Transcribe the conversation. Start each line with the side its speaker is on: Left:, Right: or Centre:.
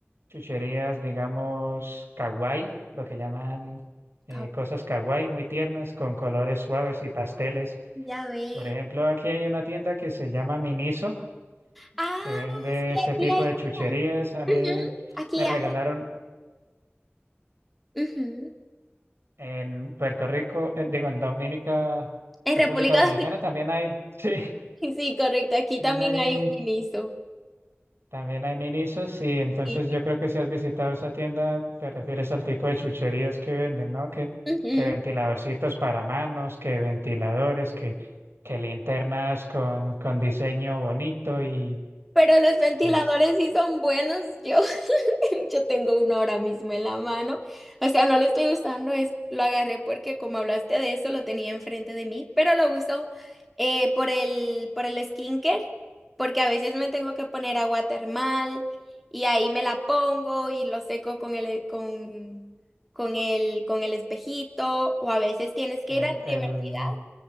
Right: chucherías, digamos, kawaii, lo que llaman eh,
Centre: Cabo-
Right: cosas kawaii muy tiernas con colores suaves y pasteles.
Centre: Ya ve.
Right: Por ejemplo, aquí hay una tienda que se llama Miniso,
Centre: Ah,
Right: que vende
Centre: sí,
Right: ese
Centre: aquí
Right: tipo
Centre: hay.
Right: de chucherías. A mí
Centre: Ujú, Aquí
Right: me regalaron
Centre: hay. Ujú.
Right: en Puerto Rico, en- digo, en Dominica,
Centre: En
Right: República
Centre: República
Right: Dominicana
Centre: Dominicana,
Right: también hay, <laughs> sí,
Centre: <laughs> sí, correcto. Aquí
Right: también
Centre: también
Right: hay
Centre: hay un ministro.
Right: También hay minisos, sí. Entonces
Centre: Sí.
Right: yo creo que si has visitado esa tienda, te refieres al tipo de chucherías que venden, ¿no? Que,
Centre: Ujú.
Right: que ventiladorcitos para manos, que ventiladores, que, que linternas con, con diseño bonito y
Centre: Pero los ventiladores
Right: es
Centre: sí son buenos, yo. <laughs> Yo tengo uno ahora mismo en la mano. O sea, no lo estoy usando, es, lo agarré porque como hablaste de eso, lo tenía enfrente de mí, pero lo uso eh, por el, por el skincare, porque a veces me tengo que poner agua termal y ahí me la pongo y lo seco con el, con, con el, con el espejito, o a veces tienes que
Right: el,
Centre: ir a la
Right: el...
Centre: universidad